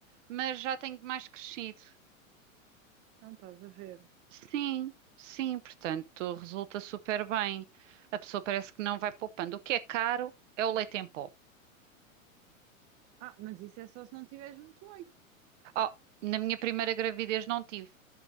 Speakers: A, on the right; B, on the right.
A: mas já tenho mais crescido.
B: então estás a ver.
A: Sim, sim, portanto, resulta super bem. A pessoa parece que não vai poupando. O que é caro é o leite em pó.
B: Ah, mas isso é só se não tiveres muito leite.
A: Oh, na minha primeira gravidez não tive.